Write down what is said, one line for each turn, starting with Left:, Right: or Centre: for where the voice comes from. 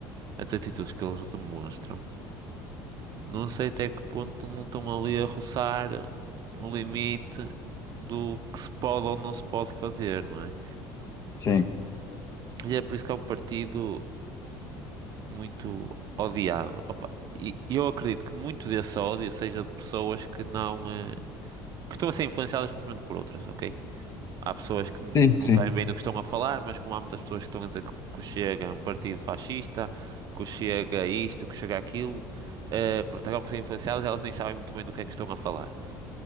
Right: as atitudes que eles demonstram, não sei até que ponto não estão ali a roçar o limite do que se pode ou não se pode fazer, não é?
Left: Sim,
Right: E é por isso que é um partido muito odiado. Opa, e e eu acredito que muito desse ódio seja de pessoas que não, eh, que estão a ser influenciadas simplesmente por outras, ok? Há pessoas que n-
Left: sim,
Right: não
Left: sim,
Right: sabem bem do que estão a falar, mas como há muitas pessoas que estão a dizer que, que o Chega é um partido fascista, que o Chega é isto, que o Chega é aquilo, eh, pronto, acabam por ser influenciadas, elas nem sabem muito bem do que é que estão a falar.